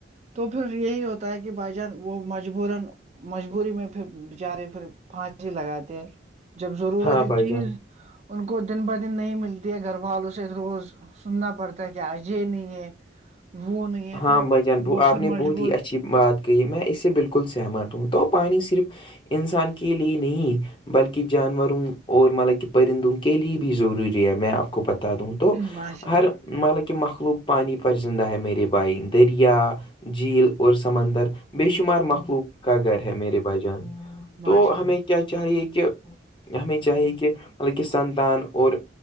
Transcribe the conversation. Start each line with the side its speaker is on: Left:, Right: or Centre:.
Right: تو پھر یہی ہوتا تاکہ بجن وہ مجبورن <unintelligible> مجبوری میں پھر بچارے پھر پھانسی لگاتے جب ضرورت
Left: ہاں بھائی
Right: چیز
Left: جان
Right: ان کو دن بہ دن نہیں ملتی ہے گھر والوں سے روز سننا پڑتا ہے کہ آجے نہیں ہے وہ نہیں ہے
Left: ہاں
Right: تو
Left: بھجان
Right: وہ
Left: آپ
Right: پھر
Left: نے
Right: مجبور
Left: بہت ہی اچھی بات کہی میں اس سے بالکل سہمت ہ تو پانی صرف انسان کے لیے نہیں بلکہ جانوروں اور مطلب کہ پرندوں کے لیے بھی ضروری ہے میں آپ کو بتا دوں تو
Right: ماشاء
Left: ہر
Right: اللہ بھائی
Left: مطلب کہ مخلوق پانی پر زندہ ہے میرے بھائی دریا جھیل اور سمندر بے شمار مخلوق کا گھر ہے میرے بھائی جان
Right: ماشاء
Left: تو ہمیں کیا چاہیے کہ ہمیں چاہیے کہ مطلب کہ سنتان اور